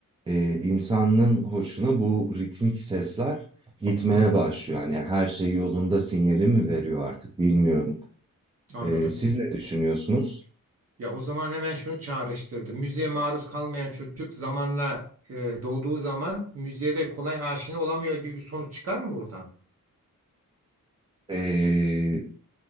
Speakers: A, on the right (about 15°); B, on the right (about 50°).
A: ee, insanın hoşuna bu ritmik sesler gitmeye
B: hmm,
A: başlıyor. Yani her şey yolunda sinyali mi veriyor artık bilmiyorum.
B: anladım.
A: Ee, siz ne düşünüyorsunuz?
B: Ya o zaman hemen şunu çağrıştırdı. Müziğe maruz kalmayan çocuk zamanla e, doğduğu zaman müziğe de kolay aşina olamıyor gibi bir sonuç çıkar mı buradan?
A: Ee,